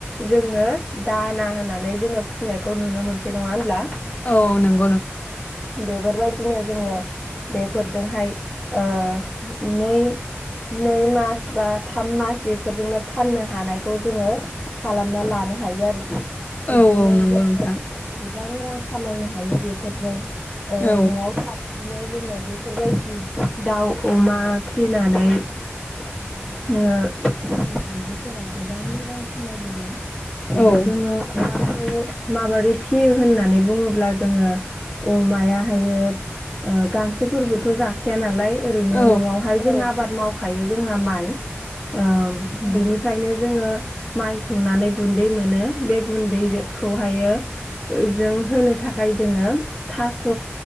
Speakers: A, on the left (about 20°); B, on the left (about 35°).
A: जोंङो दाना होनानै जोङो फिसिनायखौ नुनो मोनसे नंङा होनोब्ला?
B: औ नों
A: बेबारबायदिनो जोङो बेफोरजोंहाय ओ नै नै मास बा थाम मास बेफोरजोंनो फाननो हानायखौ जोङो खालामना लानो हायो आरोखि। बिब्दिनो
B: औ औ नंगौ
A: जोङो
B: नोंथां
A: गोबां रां खामायनो हायो बेफोरजों। ओ
B: औ
A: न'आव सा <inaudible> नो जोङो बेफोरबायदि दाउ अमा फिनानै ओ बर' आइजोफोरा गोबां रां खामायबोदों।
B: औ
A: जोङो अमाखौ माबोरै फियो होननानै बुङोब्ला जोङो अमाया हायो ओ गांसोफोरबोथ' जा खाया नालाय ओरैनो
B: औ
A: न'आवहाय जों आबाद मावखायो जोंहा माइ ओ बिनिफ्रायनो जोङो माइ सौनानै गुन्दै मोनो बे गुन्दैखौहायो जों होनो थाखाय जोङो थास'